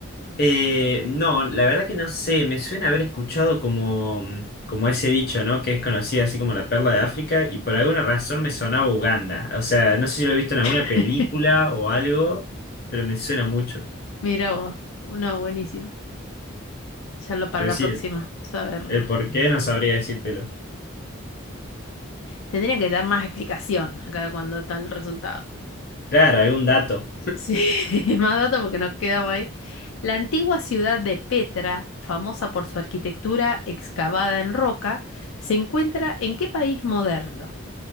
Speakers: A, on the left (about 45°); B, on the left (about 85°).
A: Eh, no, la verdad que no sé, me suena haber escuchado como, mm, como ese dicho, ¿no? Que es conocida así como la perla de África y por alguna razón me sonaba Uganda. O sea, no sé si lo he visto en alguna
B: <laughs>
A: película o algo, pero me suena mucho.
B: Mira vos, no, buenísimo. Ya lo para
A: Pero
B: la
A: sí,
B: próxima,
A: el,
B: saberlo.
A: el por qué no sabría decírtelo.
B: Tendrían que dar más explicación acá cuando está el resultado.
A: Claro, algún dato.
B: Sí, <laughs> más datos porque nos quedamos ahí. La antigua ciudad de Petra, famosa por su arquitectura excavada en roca, se encuentra en qué país moderno?